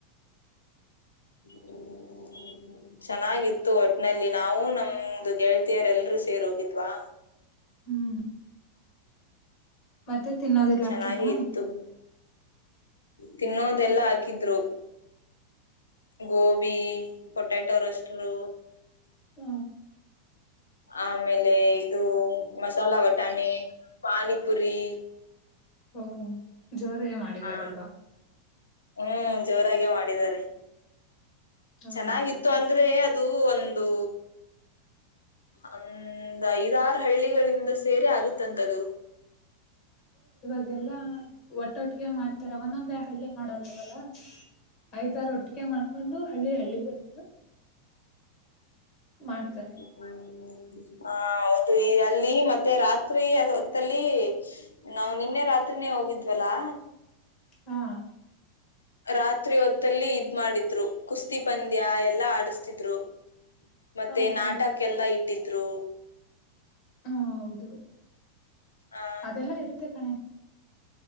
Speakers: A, on the left; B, on the left.
A: ಹ್ಮ <inaudible> ಚೆನ್ನಾಗಿತ್ತು ಒಟ್ನಲ್ಲಿ ನಾವೂ ನಮ್ದು ಗೆಳತಿಯರ್ ಎಲ್ರು ಸೇರ್ ಹೋಗಿದ್ವಾ
B: ಹ್ಮ್ ಮತ್ತೆ ತಿನ್ನೋದೆಲ್ಲ
A: ಚೆನ್ನಾಗೆ
B: ಹಾಕಿದ್ರಾ
A: ಇತ್ತು ತಿನ್ನೋದೆಲ್ಲ ಹಾಕಿದ್ರು ಗೋಬಿ ಪೊಟ್ಯಾಟೊ ಟ್ರೋಸ್ಟರ್
B: ಹ
A: ಆಮೇಲೆ ಇದು ಮಸಾಲಾ ಬಟಾಣಿ ಪಾನಿಪುರಿ
B: ಓ ಜೋರಾಗೆ ಮಾಡಿದಾರಲ್ವಾ
A: ಹಾ ಹ್ಮ್ ಜೋರಾಗೇ ಮಾಡಿದಿದ್ದಾರೆ
B: ಹೌದು
A: ಚೆನ್ನಾಗಿತ್ತು ಅಂದ್ರೆ ಅದು ಅದು ಒಂದು ಅಂದ್ ಐದಾರ ಹಳ್ಳಿಗಳಿಂದ ಸೇರಿ ಆಗುತ್ತ ಆಗುತ್ತಂತೆ ಅದು
B: ಹಾಗೆಲ್ಲಾ ಒಟ್ಟೊಟ್ಟಿಗೆ ಮಾಡ್ತಾರ ಒಂದೊಂದೇ ಹಳ್ಳಿ ಮಾಡಲ್ಲವಲ್ಲ ಐದಾರು ಒಟ್ಟಿಗೆ ಮಾಡ್ಕೊಂಡು ಹಳ್ಳಿ ಹಳ್ಳಿಗಳಿದ್ದ ಮಾಡ್ತಾರೆ
A: ಮ <inaudible> ಹ ಹೌದು ಈ ಅಲ್ಲಿ ಮತ್ತೆ ರಾತ್ರಿ ಹೊತ್ತಲ್ಲಿ ನಾವು ನಿನ್ನೆ ರಾತ್ರಿ ಹೋಗಿದ್ವಲ್ಲಾ
B: ಹಾ
A: ರಾತ್ರಿ ಹೊತ್ತಲ್ಲಿ ಇದ್ ಮಾಡಿದ್ರು ಕುಸ್ತಿ ಪಂದ್ಯ ಎಲ್ಲಾ ಆಡಸ್ತಿದ್ರು ಮತ್ತೆ
B: ಹ
A: ನಾಟಕ್ಕೆಲ್ಲ
B: ಹೌದು
A: ಇಟ್ಟಿದ್ರು
B: ಹ ಹೌದು
A: ಆ
B: ಅದೆಲ್ಲ ಇರುತ್ತೆ ಕಣೆ